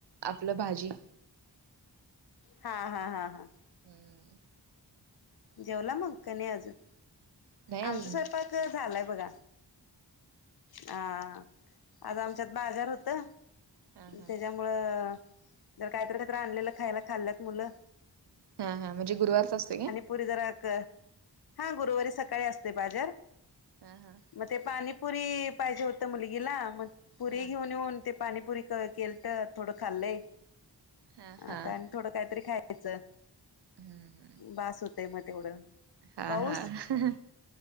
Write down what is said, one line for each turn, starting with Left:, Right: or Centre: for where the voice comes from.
Right: आपलं भाजी.
Left: हा हा हा हा
Right: हम्म
Left: जेवला मग का नाही अजून?
Right: नाही अजून
Left: आमच स्वयंपाक हो झालंय बघा, हा आज आमच्यात बाजार होता
Right: हा हा
Left: त्याच्यामुळं जर काय तर काय तर आणलेलं खायला खाल्ल्यात मुलं
Right: हा हा म्हणजे गुरुवारच असते का?
Left: पुरी जरा क, हा गुरुवारी सकाळी असते बाजार
Right: हा हा
Left: मग ते पाणीपुरी पाहिजे होतं मुलगीला मग पुरी
Right: हा
Left: घेऊन
Right: हा
Left: येऊन ते पाणीपुरी केल तर थोडं खाल्लय
Right: हा हा
Left: आता थोड काहीतरी खा खायचं.
Right: हम्म
Left: बास होतंय म तेवढं.
Right: हा
Left: पाऊस
Right: हा, हह